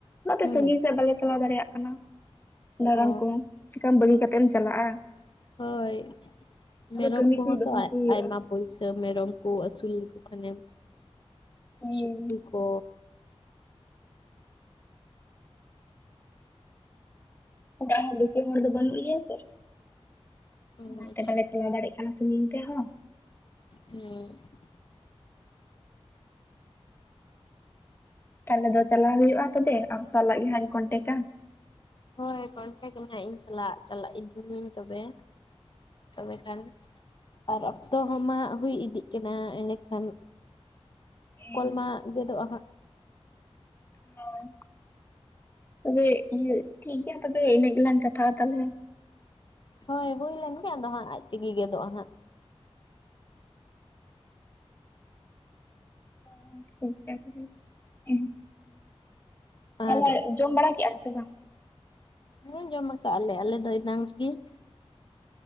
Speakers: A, on the left; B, on the left.
A: ᱚᱱᱟᱛᱮ
B: ᱦᱩᱸ
A: ᱥᱟᱺᱜᱤᱧ ᱥᱮᱫ, ᱵᱟᱞᱮ ᱪᱟᱞᱟᱣ ᱫᱟᱲᱮᱭᱟᱜ ᱠᱟᱱᱟ ᱫᱟᱲᱟᱱ
B: ᱚ
A: ᱠᱚ, ᱪᱮᱠᱟᱢ ᱵᱟᱹᱜᱤ ᱠᱟᱛᱮᱜ ᱮᱢ ᱪᱟᱞᱟᱜ-ᱟ ᱾
B: ᱦᱳᱭ, ᱢᱮᱨᱚᱢ
A: ᱠᱟᱹᱢᱤ
B: ᱠᱚᱦᱚᱸ
A: ᱠᱚ ᱫᱚᱦᱚ
B: ᱛᱚ ᱟᱡ
A: ᱠᱚ ᱦᱩᱭᱩᱜᱼᱟ
B: ᱟᱭᱢᱟ ᱯᱩᱭᱥᱟᱹ, ᱢᱮᱨᱚᱢ ᱠᱚ ᱟᱹᱥᱩᱞ ᱞᱮᱠᱚ ᱠᱷᱟᱱᱮᱢ ᱾
A: ᱦᱩᱸ
B: ᱥᱩᱠᱨᱤ ᱠᱚ
A: ᱚᱲᱟᱜ ᱦᱚᱸ ᱵᱮᱥᱤ ᱦᱚᱲ ᱫᱚ ᱵᱟᱹᱱᱩᱜ ᱞᱮᱭᱟ ᱥᱮ,
B: ᱚᱸ
A: ᱚᱱᱟᱛᱮ
B: ᱟᱪᱪᱷᱟ
A: ᱵᱟᱞᱮ ᱪᱟᱞᱟᱣ ᱫᱟᱲᱮᱜ ᱠᱟᱱᱟ ᱾ ᱥᱟᱺᱜᱤᱧ ᱯᱮᱦᱚᱸ
B: ᱦᱩᱸ <unintelligible>
A: ᱛᱟᱦᱚᱞᱮ ᱫᱚ ᱪᱟᱞᱟᱣ ᱦᱩᱭᱩᱜ-ᱟ ᱛᱚᱵᱮ, ᱟᱢ ᱥᱟᱞᱟᱜ ᱜᱮ ᱦᱟᱸᱜ ᱤᱧ ᱠᱚᱱᱴᱮᱠᱟ ᱾
B: ᱦᱳᱭ ᱠᱚᱱᱴᱮᱠ ᱱᱟᱦᱟᱸᱜ ᱤᱧ ᱥᱟᱞᱟᱜ, ᱪᱟᱞᱟᱜ ᱤᱫᱤᱹᱢᱤᱭ. ᱧ ᱛᱚᱵᱮ, ᱛᱚᱵᱮ ᱠᱷᱟᱱ ᱾ ᱟᱨ, ᱚᱠᱛᱚ ᱦᱚᱸᱢᱟ ᱦᱩᱭ ᱤᱫᱤᱜ ᱠᱟᱱᱟ ᱮᱸᱰᱮᱠᱷᱟᱱ
A: ᱦᱮᱸ
B: ᱠᱚᱞ ᱢᱟ ᱜᱮᱫᱚᱜ-ᱟ ᱦᱟᱸᱜ ᱾
A: ᱦᱳᱭ, ᱛᱚᱵᱮ ᱤᱭᱟᱹ ᱴᱷᱤᱠ ᱜᱮᱭᱟ ᱛᱚᱵᱮ ᱤᱱᱟᱹ ᱜᱮᱞᱟᱝ ᱠᱟᱛᱷᱟ-ᱟ ᱛᱟᱦᱚᱞᱮ ᱾
B: ᱦᱳᱭ, ᱦᱩᱭ ᱞᱮᱱ ᱜᱮ ᱟᱫᱚ ᱦᱟᱸᱜ, ᱟᱡ ᱛᱮᱜᱮ ᱜᱮᱫᱚᱜ-ᱟ ᱦᱟᱸᱜ ᱾
A: ᱦᱮᱸ ᱴᱷᱤᱠ ᱜᱮᱭᱟ ᱛᱚᱵᱮ, ᱦᱮᱸ ᱾
B: ᱟᱨ
A: ᱢᱟᱞᱟᱭ, ᱡᱚᱢ ᱵᱟᱲᱟ ᱠᱮᱫᱼᱟᱢ ᱥᱮ ᱵᱟᱝ?
B: ᱦᱮᱸ ᱡᱚᱢ ᱟᱠᱟᱜ ᱞᱮ ᱟᱞᱮ ᱫᱚ ᱮᱱᱟᱝ ᱨᱮᱜᱮ ᱿